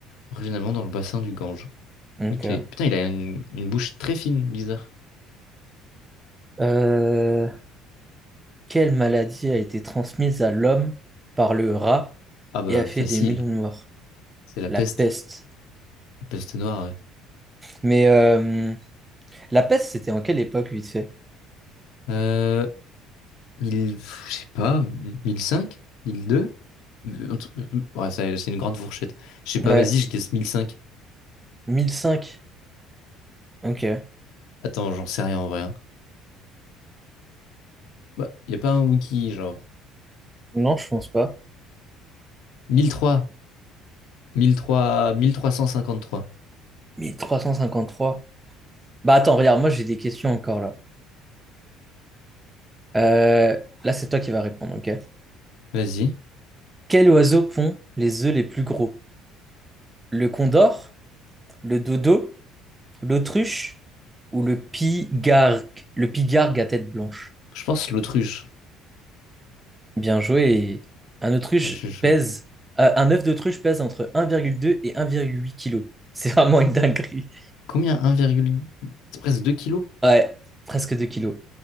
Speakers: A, on the left; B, on the right.
A: originairement dans le bassin du Gange.
B: Donc,
A: Ok.
B: euh,
A: Putain, il a une, une bouche très fine, bizarre.
B: euh, quelle maladie a été transmise à l'homme par le rat
A: Ah bah
B: et a fait
A: facile.
B: des millions de morts?
A: C'est la
B: La
A: peste.
B: peste.
A: La peste noire, ouais.
B: Mais euh, la peste, c'était en quelle époque, vite fait?
A: Euh, 1000, je sais pas, 1005, 1002? Euh, un truc- euh, Ouais, ça- c'est une grande fourchette. Je sais
B: Ouais.
A: pas, vas-y, je guesse 1005.
B: 1005. Ok.
A: Attends, j'en sais rien en vrai. hein. Bah, y a pas un wiki, genre.
B: Non, je pense pas.
A: 1003, 1003, 1353.
B: Mais 353. Bah attends, regarde, moi j'ai des questions encore là. Euh, là, c'est toi qui vas répondre, ok?
A: Vas-y.
B: Quel oiseau pond les œufs les plus gros? Le condor, le dodo, l'autruche ou le pigargue, le pigargue à tête blanche?
A: Je pense l'autruche.
B: Bien joué. et Un autruche
A: Ouais, je suis chaud.
B: pèse, euh, un œuf d'autruche pèse entre 1,2 et 1,8 kg. <laughs> C'est vraiment une dinguerie.
A: Combien? 1,8? C'est presque 2 kilos?
B: Ouais, presque 2 kilos.